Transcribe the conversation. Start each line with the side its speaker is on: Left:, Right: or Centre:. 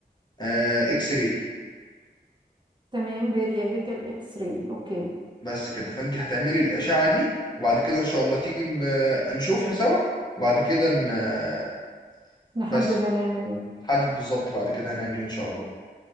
Left: آآ X-ray
Right: تمام بيريافيكال اكس راي اوكي
Left: بس كده، فأنتِ هتعملي الأشعة دي، وبعد كده إن شاء الله تيجي ن آه، نشوفها سوا، وبعد كده ن آه،
Right: نحدد
Left: بس
Right: هنعمل ايه
Left: نحدد بالضبط بعد كده هنعمل إيه إن شاء الله.